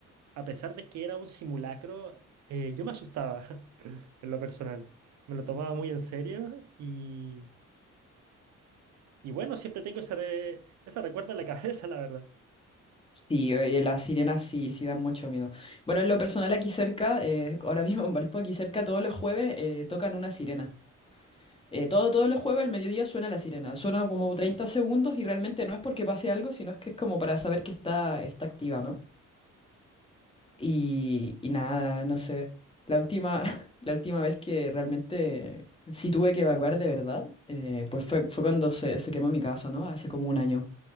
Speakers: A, on the right (about 65°); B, on the left (about 20°).
A: a pesar de que era un simulacro, eh, yo me asustaba <laughs> en lo personal. Me lo tomaba muy en serio y, y bueno, siempre tengo ese, re- ese recuerdo en la <laughs> cabeza, la verdad.
B: Sí, oye, las sirenas sí, sí dan mucho miedo. Bueno, en lo personal aquí cerca, eh, ahora mismo en Valpo, aquí cerca, todos los jueves eh, tocan una sirena. Eh, todo, todos los jueves al mediodía suena la sirena. Suena como 30 segundos y realmente no es porque pase algo, sino es que es como para saber que está, está activa, ¿no? Y, y nada, no sé. La última, <laughs> la última vez que realmente sí tuve que evacuar de verdad, eh, pues fue, fue cuando se, se quemó mi casa, ¿no? Hace como un año.